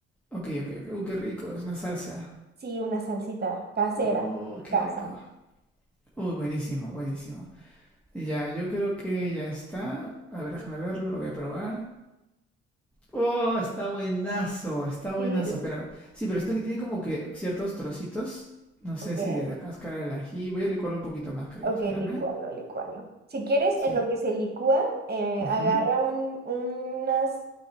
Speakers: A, in the centre; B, on the right.
A: Ok, ok, ok. Uy, qué rico, es una salsa.
B: Sí, una salsita casera
A: Uh,
B: de
A: qué
B: casa.
A: rico. Uy, buenísimo, buenísimo. Ya, yo creo que ya está. A ver, déjame verlo, lo voy a probar. Oh, está buenazo, está buenazo.
B: Sí,
A: Espera, sí, pero siento que tiene como que ciertos trocitos. No sé
B: ok.
A: si de la cáscara del ají. Voy a licuarlo un poquito más, creo.
B: Ok,
A: Espérame.
B: licualo, licualo. Si quieres,
A: Sí.
B: en lo que se licúa, eh,
A: ujú,
B: agarra un, unas,